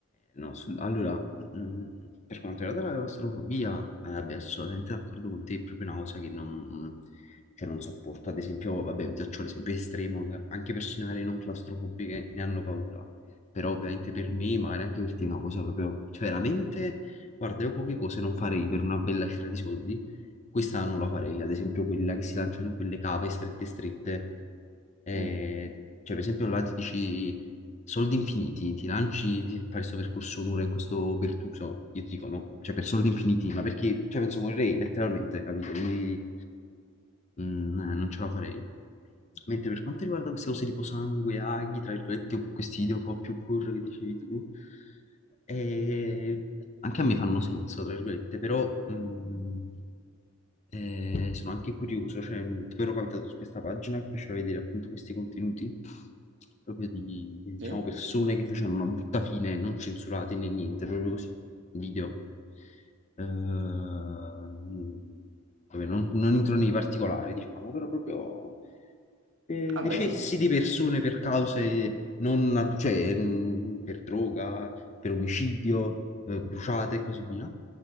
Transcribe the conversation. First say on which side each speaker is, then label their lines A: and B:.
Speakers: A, on the left (about 30°); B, on the right (about 55°).
A: No, sul- allora, mh, per quanto riguarda la claustrofobia, eh, beh, sono assolutamente d'accordo con te, è proprio una cosa che non, cioè, non sopporto. Ad esempio, vabbè, ti faccio l'esempio estremo, che anche persone magari non claustrofobiche ne hanno paura, però ovviamente per me, magari anche per te è una cosa proprio, cioè veramente, guarda, io poche cose non farei per una bella cifra di soldi, questa non la farei, ad esempio quella che si lanciano in quelle cave strette strette, eh,
B: Mm,
A: cioè, per esempio, là ti dici soldi infiniti, ti lanci di fare questo percorso un'ora in questo pertuso. Io ti dico no, cioè per soldi infiniti, ma perché, cioè, penso morirei letteralmente, capito? Quindi mm, eh, non ce la farei. Mentre per quanto riguarda queste cose tipo sangue, aghi, tra virgolette, o questi video un po' più curri che dicevi tu, eh, anche a me fanno senso, tra virgolette, però... mm, e sono anche curioso, cioè, tipo ero capitato su questa pagina che faceva vedere appunto questi contenuti proprio di, di, diciamo,
B: sì?
A: persone che facevano una brutta fine, non censurati né niente, proprio così, video. Ehm, vabbè, non, non entro nei particolari, diciamo, però proprio eh,
B: Vabbè
A: decessi
B: sì,
A: di persone per cause non, nat- cioè, mh, per droga, per omicidio, eh, bruciate e così via.